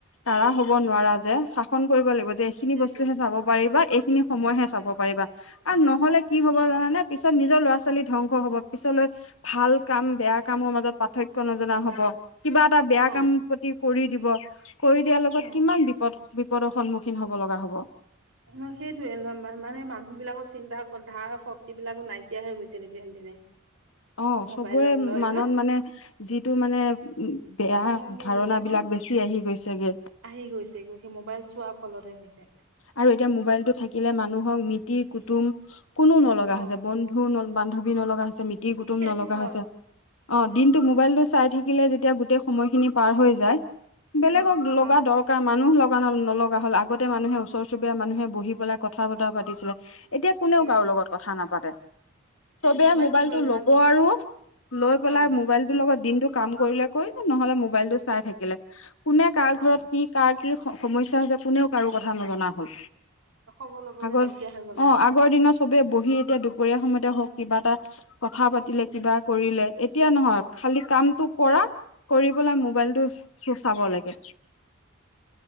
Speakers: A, on the left; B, on the right.
A: কাড়া হব নোৱাৰা যে শাসন কৰিব লাগিব যেইখিনি
B: সেইটো
A: বচ হে চাব পাৰিবা এক খিনি সময়হে চাব পাৰিবা। আ, নহ'লে
B: উম
A: কি হব জানানে? পিছত নিজৰ ল'ৰা ছোৱালী ধ্বংস হব পিছলৈ ভাল কাম বেয়া কামৰ মাজত পাৰ্থক্য নজনা হ'ব কিবা এটা বেয়া
B: অ
A: কাম প্ৰতি কৰি দিব, কৰি দিয়াৰ লগত
B: অ
A: কিমান বিপদ বি বিপদৰ সন্মুখীন হ'ব লগা হ'ব।
B: ন সেইটোয়ে ল‌ ল মানে মানুহ বিলাকৰ চিন্তা ধাৰ শক্তি বিলাকো নাইকিয়া হৈ গৈছে দিনক দিনে।
A: অ',
B: মোবাইলক
A: চবৰে
B: লৈ
A: মানত
B: লৈ
A: মানে যিটো মানে উ বেয়া
B: কমন হৈ
A: ধাৰণা
B: গৈছে
A: বিলাক
B: ন
A: বেছি আহি গৈছেগে
B: আহি গৈছে সেই মোবাইল চোৱা ফলতে হৈছে।
A: আৰু এতিয়া মোবাইলটো থাকিলে মানুহক মিতিৰ-কুটুম কোনো নলগা
B: অ
A: হৈছে বন্ধু ন বান্ধৱী নলগা মিতিৰ কুটুম
B: সেইটো
A: নলগা
B: হয়
A: হৈছে অ
B: উম
A: দিনটো মোবাইলটো চাই থাকি থাকিলে যেতিয়া গোটেই সময়খিনি পাৰ হৈ যায় বেলেগক
B: উম
A: লগা
B: মা
A: দৰকাৰ মানুহ লগা ন নলগা হ'ল, আগতে মানুহে ওচৰ চুবুৰীয়া মানুহে বহি পেলাই কথা বতৰা পাতিছিলে এতিয়া কোনেও
B: সেইটোৱে
A: কাৰো লগত কথা নাপাতে। চবে
B: এই
A: মোবাইলটো
B: হৈ গ'ল
A: ল'ব আৰু লৈ পেলাই
B: অ
A: মোবাইলটোৰ লগত দিন এইটো কাম কৰিলে কৰিব, নহ'লে মবাইলটো চাই থাকিলে, কোনে কাৰ ঘৰত
B: অ
A: কি কাৰ কি সমস্যা হৈছে কোনেও কাৰো কথা কথা নজনা হ'ল।
B: খবৰ লবলৈ
A: আগৰ
B: নাইকিয়া হৈ গ'ল
A: অ',
B: মানুহ,
A: আগৰ দিন চবে বহ সি এতিয়া দুপৰীয়া সময়তে হওক কিবা এটা কথা পাতিলে, কিবা কৰিলে, এতিয়া নহয় খালি কামটো কৰা, কৰি পেলাই মোবাইলটো চো চাব লাগে।